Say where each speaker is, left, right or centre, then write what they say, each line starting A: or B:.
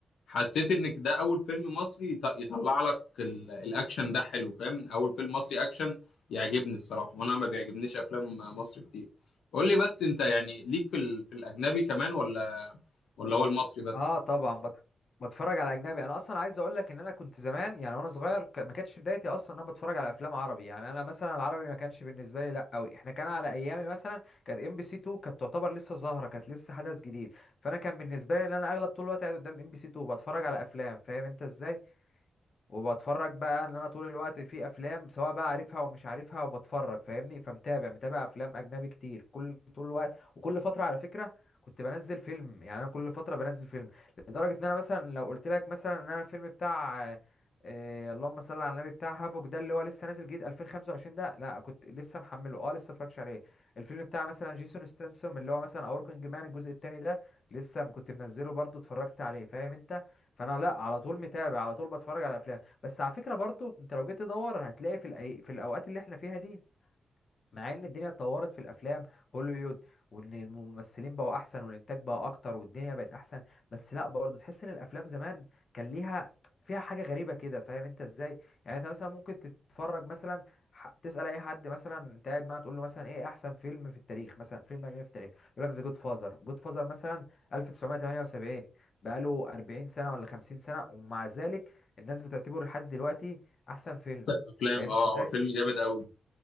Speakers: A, on the left; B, on the left.
A: حسيت إنك ده أول فيلم مصري يط- يطلع لك ال- الأكشن ده حلو فاهم أول فيلم مصري أكشن يعجبني الصراحة وأنا ما بيعجبنيش أفلام مصر كتير قول لي بس أنت يعني ليك في, ال... في الأجنبي كمان ولا ولا هو المصري بس؟
B: اه طبعا بت... بتفرج على اجنبي انا اصلا عايز اقول لك ان انا كنت زمان يعني وانا صغير ك... ما كانتش بدايتي اصلا ان انا بتفرج على افلام عربي يعني انا مثلا العربي ما كانش بالنسبه لي لا قوي احنا كان على ايامي مثلا كانت ام بي سي 2 كانت تعتبر لسه ظاهره كانت لسه حدث جديد فانا كان بالنسبه لي ان انا اغلب طول الوقت قاعد قدام ام بي سي 2 بتفرج على افلام فاهم انت ازاي وبتفرج بقى ان انا طول الوقت في افلام سواء بقى عارفها ومش عارفها وبتفرج فاهمني فمتابع متابع افلام اجنبي كتير كل طول الوقت وكل فتره على فكره كنت بنزل فيلم يعني انا كل فتره بنزل فيلم لدرجه ان انا مثلا لو قلت لك مثلا ان انا الفيلم بتاع آه، آه، اللهم صل على النبي بتاع هافوك ده اللي هو لسه نازل جديد 2025 ده لا كنت لسه محمله اه لسه متفرجش عليه الفيلم بتاع مثلا جيسون ستانسوم اللي هو مثلا اوركينج مان الجزء التاني ده لسه كنت منزله برضه اتفرجت عليه فاهم انت فانا لا على طول متابع على طول بتفرج على افلام بس على فكرة برضو انت لو جيت تدور هتلاقي في الأي... في الاوقات اللي احنا فيها دي مع ان الدنيا اتطورت في الافلام هوليوود وان الممثلين بقوا احسن والانتاج بقى اكتر والدنيا بقت احسن بس لا برضه تحس ان الافلام زمان كان ليها فيها حاجه غريبه كده فاهم انت ازاي يعني انت مثلا ممكن تتفرج مثلا ح- تسال اي حد مثلا انت قاعد معاه تقول له مثلا ايه احسن فيلم في التاريخ مثلا فيلم اجنبي في التاريخ يقول لك ذا جود فازر جود فازر مثلا 1978 بقاله 40 سنه ولا 50 سنه ومع ذلك الناس بتعتبره لحد دلوقتي احسن فيلم
A: الافلام
B: فاهم
A: اه
B: ازاي
A: هو فيلم جامد قوي